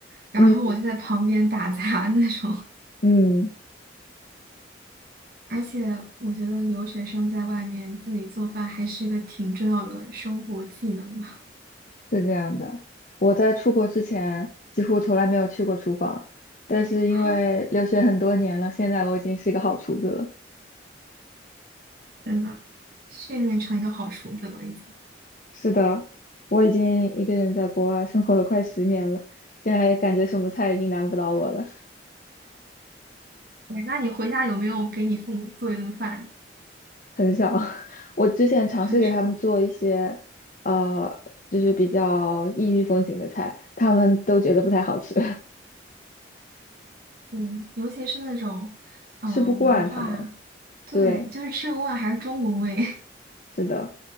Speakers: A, on the right (about 50°); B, on the left (about 45°).
A: 然后我就在旁边打杂
B: 嗯，
A: <laughs> 那种。
B: 嗯，
A: 而且我觉得留学生在外面自己做饭还是一个挺重要的生活技能吧，
B: 是这样的。我在出国之前几乎从来没有去过厨房，但是因为留学很多年了，
A: <laughs>
B: 现在我已经是一个好厨子了。
A: 真的，训练成一个好厨子了已经。
B: 是的，我已经一个人在国外生活了快十年了，现在感觉什么菜已经难不倒我了，
A: 对，那你回家有没有给你父母做一顿饭？
B: 很少。<laughs> 我之前尝试给他们做一些，
A: 很少，
B: 呃，就是比较异域风情的菜，他们都觉得不太好吃，
A: 对，尤其是那种，
B: <laughs>
A: 呃，
B: 吃不惯他们。
A: 文化，对，
B: 对，
A: 就是吃的锅碗还是中国味。<laughs>
B: 是的，